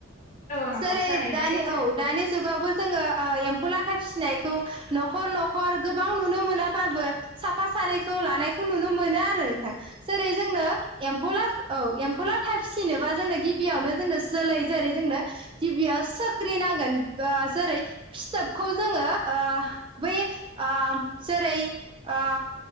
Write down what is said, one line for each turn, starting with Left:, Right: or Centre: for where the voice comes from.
Left: औ नंगौ
Right: सेरेथ
Left: थारैनो
Right: दानि
Left: सैथो
Right: औ दानि जुगावबो जोङो ओ एम्फौ लाथा फिसिनायखौ न'खर न'खर गोबां नुनो मोनाबाबो साफा सानैखौ लानायखौ नुनो मोनो आरो नोंथां जेरै जोंनो एम्फौलाथ औ एम्फौ लाथा फिसिनोबा जोंनो गिबियावनो जोंनो जोलै जेरै जोंनो गिबियाव सोख्रि नांगोन जेरै फिथोबखौ जोङो ओ बै ओ जेरै ओ